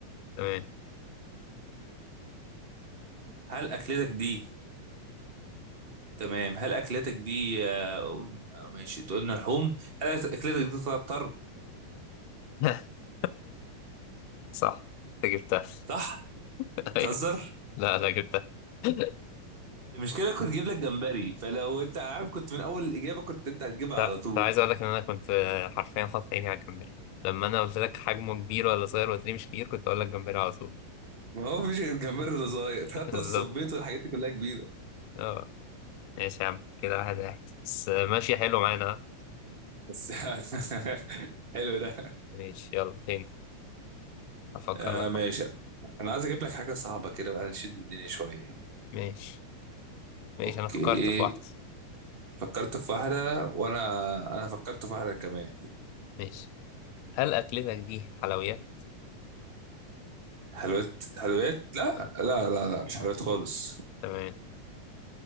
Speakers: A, on the left (about 85°); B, on the right (about 65°).
A: تمام
B: هل اكلتك دي تمام هل اكلتك دي آه، اقول آه، ماشي تقولنا لحوم هل اكلتك دي طلعت طرب
A: <laughs> صح انت جبتها
B: صح
A: <laughs> أيوة.
B: تهزر
A: لا لا جبتها <laughs>
B: المشكله كنت جايب لك جمبري فلو انت عارف كنت من اول الاجابه كنت انت هتجيبها
A: لا
B: على طول
A: كنت عايز اقول لك ان انا كنت آه، حرفيا حاطط عيني على الجمبري لما انا قلت لك حجمه كبير ولا صغير وقلت لي مش كبير كنت اقول لك جمبري على طول
B: ما هو فيش غير الجمبري اللي صغير حتى
A: <laughs> بالظبط
B: الصبيط والحاجات دي كلها كبيره
A: اه ماشي يا عم كده واحد واحد بس آه، ماشي حلو معانا
B: بس <laughs> حلو ده
A: ماشي يلا تاني أفكر
B: آه
A: لك
B: ماشي
A: واحدة
B: انا عايز اجيب لك حاجه صعبه كده بقى نشد الدنيا شويه
A: ماشي ماشي
B: اوكي
A: أنا فكرت في واحدة
B: فكرت في واحدة وأنا أنا فكرت في واحدة كمان
A: ماشي هل أكلتك دي حلويات؟
B: حلويات حلويات لا
A: آه،
B: لا لا لا مش حلويات خالص
A: تمام